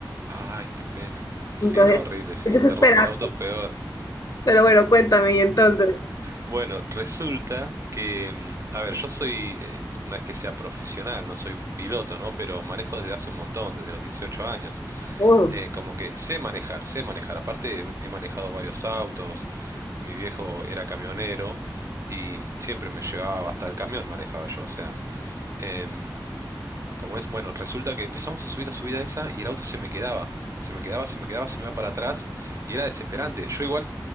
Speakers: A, on the right (about 40°); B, on the left (about 50°).
A: Ay, qué pena. Sí,
B: Entonces,
A: no, horrible. Si
B: es
A: se
B: desesperante.
A: te rompe el auto, peor.
B: Pero bueno, cuéntame, y entonces.
A: Bueno, resulta que, mm, a ver, yo soy, eh, no es que sea profesional, no soy un piloto, ¿no? Pero manejo desde hace un montón, desde los 18 años.
B: Oh,
A: Eh, como que sé manejar, sé manejar. Aparte, he he manejado varios autos. Mi viejo era camionero y mm, siempre me llevaba hasta el camión, manejaba yo. O sea, em, Como es, bueno, resulta que empezamos a subir la subida esa y el auto se me quedaba, se me quedaba, se me quedaba, se me iba para atrás y era desesperante. Yo igual,